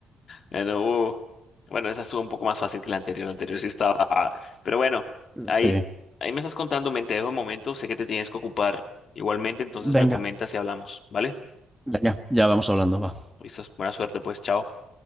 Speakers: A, on the left (about 50°); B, in the centre.
A: Bueno, uh, bueno, esa estuvo un poco más fácil que la anterior. La anterior sí estaba... Pero bueno, ahí,
B: Sí.
A: ahí me estás contando, me te dejo un momento, sé que te tienes que ocupar igualmente, entonces me
B: Venga,
A: comentas y hablamos, ¿vale?
B: venga, ya vamos hablando, va.
A: Listo, buena suerte, pues, chao.